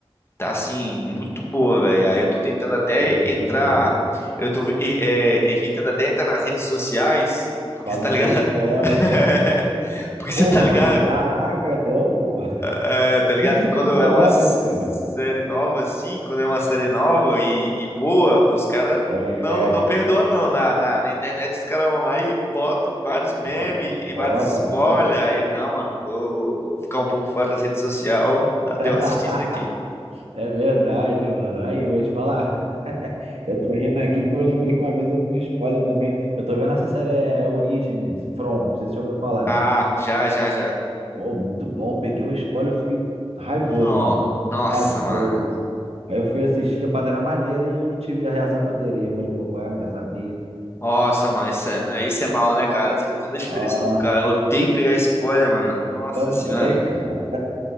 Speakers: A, on the left; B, on the right.
A: Tá assim, muito boa, velho. Aí eu tô tentando até
B: E aí?
A: entrar.
B: <laughs>
A: Eu tô e- é, evitando até entrar nas redes sociais, porque
B: Pra
A: você
B: não
A: tá
B: ter
A: ligado?
B: spoiler.
A: <laughs> Porque você
B: Pô,
A: tá
B: mano,
A: ligado?
B: mas caraca, tô, pô.
A: é, é, tá ligado
B: Cinco
A: que quando
B: temporadas,
A: é uma série
B: cara.
A: nova, assim, quando é uma série nova e, e boa, os caras
B: É,
A: não, não perdoa não. Na, na, na internet os caras vão lá e botam vários memes
B: bota, bota,
A: e vários spoilers.
B: bota.
A: Aí eu, não, mano, vou, vou ficar um pouco fora das redes sociais
B: <laughs>
A: até eu assistir isso aqui.
B: É verdade, mano. Aí, eu vou te falar. <laughs> Eu tô rindo aqui porque eu lembrei que uma vez eu vi um spoiler também. Eu tô vendo essa série é Origem, né? From, não sei se você já ouviu falar.
A: Ah, já, já, já.
B: Pô, muito bom. Peguei um spoiler, eu fiquei raivoso,
A: No-
B: mano.
A: Nossa,
B: Raivoso.
A: mano.
B: Aí eu fui assistir a Padeira Maneira e eu não tive a reação que eu teria. Eu falei, pô, qual é? Eu já sabia.
A: Nossa, mano, isso é, aí isso é mal, né, cara? Tira toda a experiência
B: Ah,
A: do cara. Eu odeio pegar spoiler, mano. Nossa
B: eu também,
A: senhora.
B: cara.